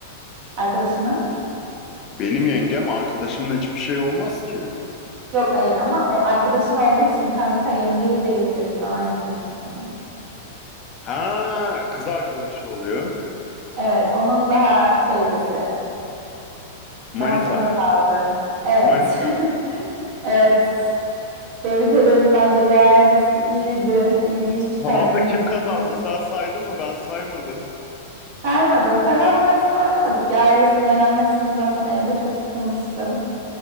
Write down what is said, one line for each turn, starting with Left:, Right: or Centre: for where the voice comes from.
Right: arkadaşının?
Left: Benim yengem arkadaşımla hiçbir şey olmaz ki.
Right: Yok hayır ama o arkadaşın olduğu için kanka yengeyi de getir falan yapıyorsun hani.
Left: Ha, kız arkadaşı oluyor.
Right: Evet onun daha şeycesi.
Left: Manita.
Right: Daha sokak ağzı. Evet.
Left: Manita.
Right: <laughs> Evet. Tebrik ederim. Bence gayet iyiydi. İyi bir iş çıkardığımızı
Left: Tamam da kim
Right: düşünüyorum.
Left: kazandı? Sen saydın mı? Ben saymadım.
Right: Saymadım. Kazanmasını oynamadık ya. Öylesine eğlenmesine zaten evde çok sıkılmıştım.